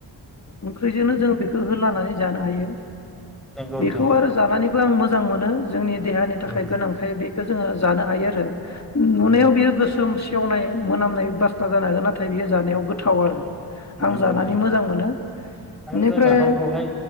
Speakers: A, on the left; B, in the centre.
A: ओंख्रिजोंनो जों बेखौ होलानानै जानो हायो
B: नंगौ नोंथां
A: बेखौ आरो जानानै आं मोजां मोनो जोंनि देहानि
B: औ
A: थाखाय
B: नोंथां
A: गोनांखाय बे बेखौ जोङो जानो हायोआरो नुनायाव
B: नंगौ नोंथां
A: बेयो गोसोम सि सेवनाय मोनामनाय बासना जानो हागो नाथ नाथाय बेयो जानायाव
B: उम,
A: गोथ आरो आं
B: नंगौ
A: जानानै
B: नोंथां
A: मोजां मोनो
B: आरो
A: बेनिफ्राय
B: जों नाफामखौहाय